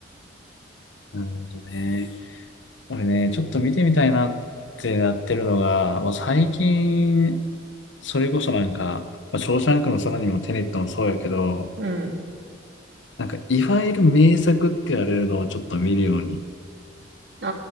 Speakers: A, on the left; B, on the right.
A: なるほどね。俺ね、ちょっと見てみたいなってなってるのが、まあ、最近、それこそなんか、まあ、ショーシャンクの空にもテネットもそうやけど、
B: うん
A: なんかいわゆる名作って言われるのをちょっと見るように
B: あ